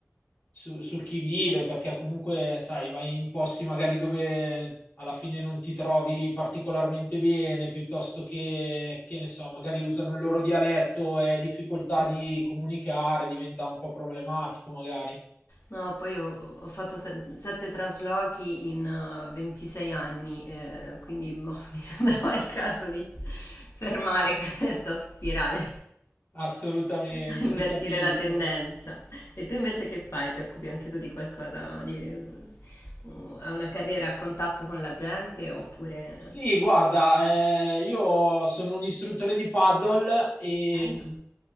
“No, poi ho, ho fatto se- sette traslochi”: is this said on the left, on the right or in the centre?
Left